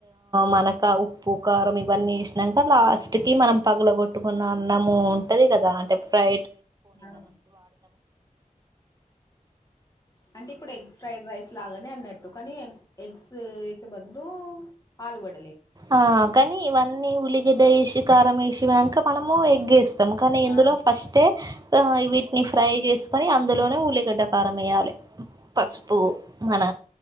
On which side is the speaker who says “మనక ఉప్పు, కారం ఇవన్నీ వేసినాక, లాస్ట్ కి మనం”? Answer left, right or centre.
Right